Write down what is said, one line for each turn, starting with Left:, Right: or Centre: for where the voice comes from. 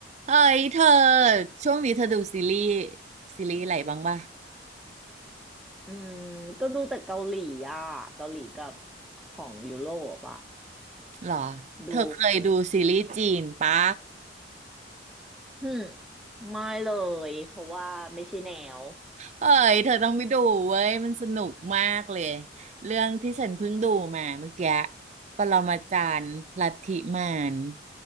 Right: เฮ้ยเธอช่วงนี้เธอดูซีรีส์ซีรีส์อะไรบ้างป่ะ
Centre: อืมก็ดูแต่เกาหลีอ่ะเกาหลีกับของยุโรปอ่ะ
Right: หรอ
Centre: ดู
Right: เธอเคยดูซีรีส์จีนปะ
Centre: ฮึมไม่เลยเพราะว่าไม่ใช่แนว
Right: เฮ้ยเธอต้องไปดูเว้ยมันสนุกมากเลยเรื่องที่ฉันเพิ่งดูมาเมื่อกี้ปรมาจารย์ลัทธิมาร